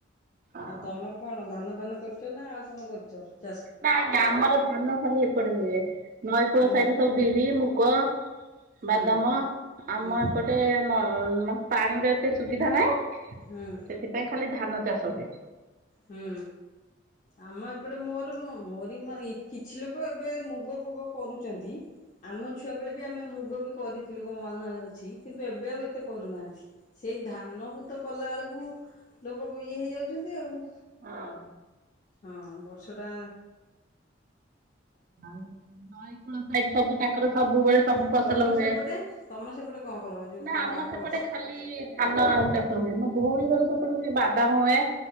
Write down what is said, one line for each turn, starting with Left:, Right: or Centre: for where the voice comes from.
Right: ଆଉ
Left: ତମର କଣ ଧାନ କରୁଛ ନା ଆଉ କଣ କରୁଛ।
Right: ନା ନା ଆମର ଧାନ ଖାଲି ଏପଟେ ହୁଏ ନଈକୂଳ
Left: ହୁଁ
Right: ସାଇଟ ସବୁ ବିରି ମୁଗ
Left: ହୁଁ
Right: ବାଦାମ ଆମ
Left: ହୁଁ
Right: ଏପଟେ ନ ନ ପାଣିର ଏତେ ସୁବିଧା ନାହିଁ ସେଥିପାଇଁ
Left: ହୁଁ
Right: ଖାଲି ଧାନ ଚାଷ ସ ହୁଏ।
Left: ହୁଁ ଆମ ଏପଟେ ମୋର ମୋ ମୋରି କିଛି ଲୋକ ଏବେ ମୁଗ ଫୁଗ କରୁଛନ୍ତି। ଆମ ଛୁଆ ବେଳେ ବି ଆମେ ମୁଗ ମୁଗ ବି କରିଥିଲୁ କଣ ମନ ଅଛି କିନ୍ତୁ ଏବେ ଆଉ ଏତେ କରୁନାହାନ୍ତି ସେଇ ଧାନକୁ ତ କଲାବେେଳକୁ କୁ ଲୋକ ଇଏ ହେଇଯାଉଛନ୍ତି ଆଉ।
Right: ହଁ
Left: ହଁ ବର୍ଷ ଟା
Right: ନଈକୂଳ ସାଇଠ ସବୁ ତାଙ୍କର ସବୁବେଳେ ସବୁ
Left: ଆଉ
Right: ଫସଲ
Left: ତମ
Right: ହୁଏ
Left: ସେପଟେ ତମ ସେପଟେ କଣ କର ଯୋଉ
Right: ନା
Left: ତମ
Right: ଆମ
Left: ବାପଘର
Right: ସେପଟେ
Left: ସେ
Right: ଖାଲି ଧାନ ଚାଷ ହୁଏ ମୋ ଭଉଣୀ ଘର। ପଟେ ବାଦାମ ହୁଏ।